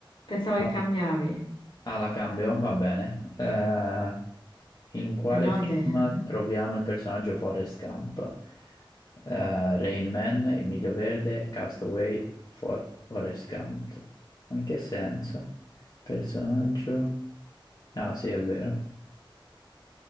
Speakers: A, on the left; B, on the left.
A: Pensavo
B: Ah,
A: che cambiavi.
B: ah, la cambio? Va bene. Eh, in quale
A: Se no,
B: film
A: de... <laughs>
B: troviamo il personaggio Forrest Gump? Eh, Rain Man, Il Miglio Verde, Castaway, For- Forrest Gump. Ma in che senso? Personaggio? Ah, sì, è vero.